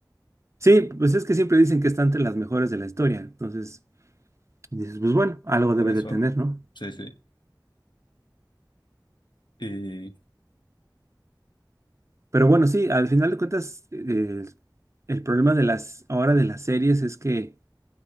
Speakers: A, on the right; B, on the left.
A: Sí, pues es que siempre dicen que está entre las mejores de la historia. Entonces, dices, pues bueno, algo
B: por
A: debe
B: eso.
A: de tener, ¿no?
B: Sí, sí. Y
A: Pero bueno, sí, al final de cuentas, eh, el problema de las, ahora de las series es que